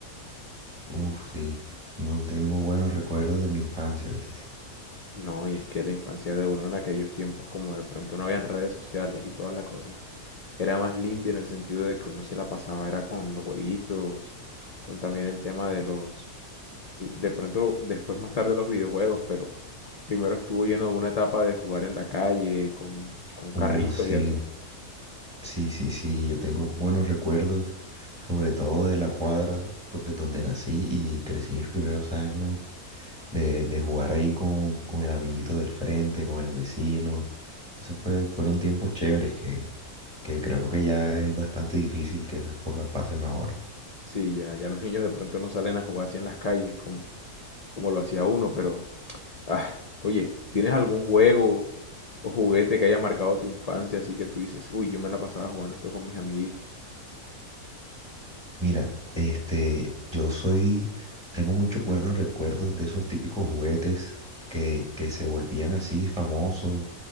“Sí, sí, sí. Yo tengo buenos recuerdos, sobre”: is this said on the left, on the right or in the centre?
Right